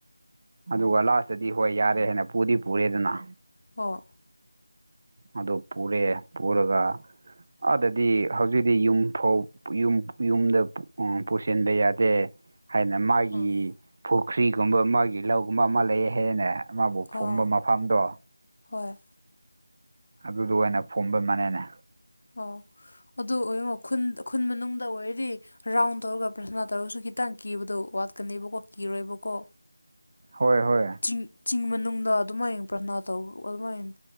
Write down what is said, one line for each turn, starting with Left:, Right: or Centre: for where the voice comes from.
Right: ꯑꯗꯨꯒ ꯂꯥꯁꯇꯗꯤ ꯍꯣꯏ ꯌꯥꯔꯦ ꯍꯥꯏꯅ ꯄꯨꯗꯤ ꯄꯨꯔꯦꯗꯅ
Left: ꯑꯥ
Right: ꯑꯗꯨ ꯄꯨꯔꯦ ꯄꯨꯔꯒ ꯑꯗꯨꯗꯗꯤ ꯍꯧꯖꯤꯛꯇꯤ ꯌꯨꯝ ꯐꯧ ꯌꯨꯝꯗ ꯄꯨꯁꯤꯟꯕ ꯌꯥꯗꯦ ꯍꯥꯏꯅ ꯃꯥꯒꯤ
Left: ꯎꯝ
Right: ꯄꯨꯈ꯭ꯔꯤꯒꯨꯝꯕ ꯃꯥꯒꯤ ꯂꯧꯒꯨꯝꯕ ꯑꯃ ꯂꯩꯌꯦ ꯍꯥꯏꯌꯦꯅꯦ ꯃꯕꯨ
Left: ꯑꯣ
Right: ꯐꯨꯝꯕ ꯃꯐꯝꯗꯣ
Left: ꯍꯣꯏ
Right: ꯑꯗꯨꯗ ꯑꯣꯏꯅ ꯐꯨꯝꯕꯩ ꯃꯅꯦꯅꯦ
Left: ꯑꯣ ꯑꯗꯨ ꯑꯣꯏꯔꯉꯣ ꯈꯨꯟ ꯈꯨꯟ ꯃꯅꯨꯡꯗ ꯑꯣꯏꯔꯗꯤ ꯔꯥꯎꯟ ꯇꯧꯔꯒ ꯄ꯭ꯔꯁꯅꯥ ꯇꯧꯔꯁꯨ ꯈꯤꯇꯪ ꯀꯤꯕꯗꯣ ꯋꯥꯠꯀꯅꯦꯕꯀꯣ ꯀꯤꯔꯣꯏꯕꯀꯣ
Right: ꯍꯣꯏ ꯍꯣꯏ
Left: ꯆꯤꯡ ꯆꯤꯡ ꯃꯅꯨꯡꯗ ꯑꯗꯨꯃꯥꯏꯅ ꯄ꯭ꯔꯊꯅꯥ ꯇꯧꯕ ꯑꯗꯨꯃꯥꯏꯅ